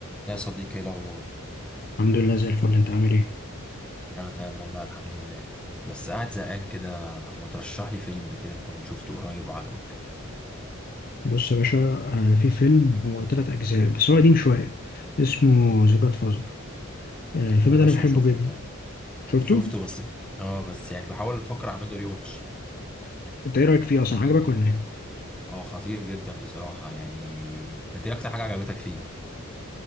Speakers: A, in the centre; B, on the left (about 45°).
A: لا يا صديقي ايه الاخبار
B: الحمد لله زي الفل انت عامل ايه
A: انا تمام والله الحمد لله بس قاعد زهقان كده ما ترشح لي فيلم كده كنت شفته قريب وعجبك
B: بص يا باشا آه، في فيلم هو تلات اجزاء بس هو قديم شويه اسمه ذا جاد فازر الفيلم
A: يا
B: ده
A: باشا
B: انا بحبه
A: انا شفته
B: جدا
A: طبعا
B: شفته
A: شفته بس اه بس يعني بحاول افكر اعمله ريوتش
B: انت ايه رايك فيه اصلا عجبك ولا ايه
A: هو خطير جدا بصراحة يعني انت إيه اكتر حاجة عجبتك فيه